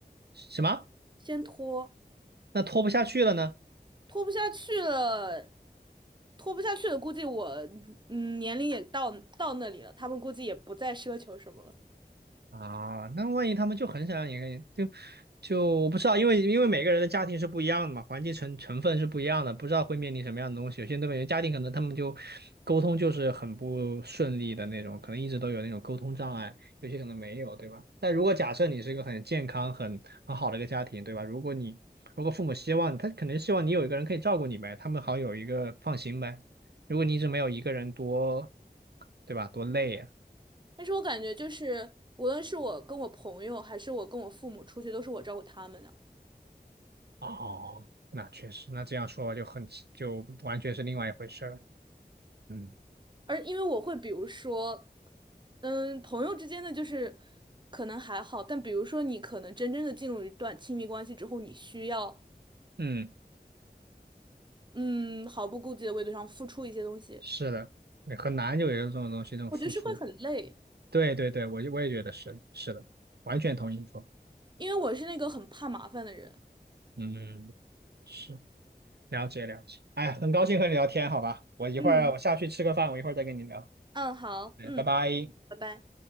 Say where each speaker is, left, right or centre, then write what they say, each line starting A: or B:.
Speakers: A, on the right (about 80°); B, on the right (about 30°).
A: 什么？
B: 先拖，
A: 那拖不下去了呢？
B: 拖不下去了，拖不下去了，估计我嗯年龄也到到那里了，他们估计也不再奢求什么了。
A: 啊，那万一他们就很想让你跟就就我不知道，因为因为每个人的家庭是不一样的嘛，环境成成分是不一样的，不知道会面临什么样的东西。有些东北人家庭可能他们就沟通就是很不顺利的那种，可能一直都有那种沟通障碍，有些可能没有，对吧？但如果假设你是一个很健康、很很好的一个家庭，对吧？如果你如果父母希望他可能希望你有一个人可以照顾你呗，他们好有一个放心呗。如果你一直没有一个人多，对吧？多累呀、
B: 但是我感觉就是，无论是我跟我朋友，还是我跟我父母出去，都是我照顾他们的。
A: 哦，那确实，那这样说就很就完全是另外一回事儿。嗯
B: 而因为我会比如说，嗯，朋友之间的就是可能还好，但比如说你可能真正的进入一段亲密关系之后，你需要
A: 嗯，
B: 嗯毫不顾忌的为对方付出一些东西，
A: 是的，很难就有这种东西，这种付出。
B: 我觉得是会很累，
A: 对对对，我就我也觉得是是的，完全同意你说。
B: 因为我是那个很怕麻烦的人。
A: 嗯，是了解了解。哎呀很高兴和你聊天，好吧？我一会儿我下去吃个饭，
B: 嗯
A: 我一会儿再跟你聊。
B: 嗯，好，
A: 嗯，
B: 嗯，
A: 拜拜。
B: 拜拜。